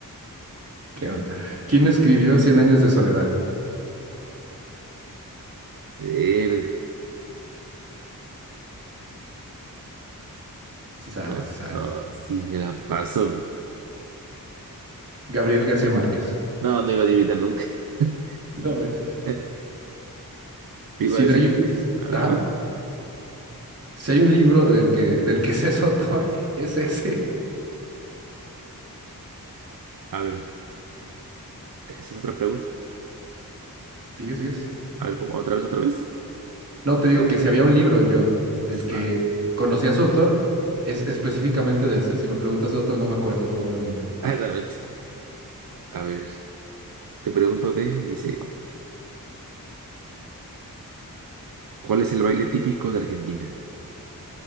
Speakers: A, on the right; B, on the right.
A: ¿Qué onda? ¿Quién escribió Cien años de soledad?
B: Verde.
A: Sí sabes,
B: No,
A: sí sabes.
B: no, sí me la paso, güey.
A: Gabriel García Márquez.
B: No, no iba a adivinar nunca. <laughs>
A: <laughs> No manches.
B: Eh, Te
A: Si
B: iba a decir,
A: de ahí-
B: a ver
A: ajá.
B: qué van.
A: Si hay un libro del que, del que <laughs> se es autor, <laughs> es ese.
B: A ver, esa es otra pregunta.
A: Sigue, sigues?
B: A ver, ¿cómo? ¿Otra vez, otra vez?
A: No, te digo que si había un libro yo del que
B: Ah,
A: conocía a su autor, es específicamente de ese. Si me preguntas de otro, no me acuerdo probablemente.
B: <laughs> A, la vez. A ver, te pregunto de, dice, ¿cuál es el baile típico de Argentina?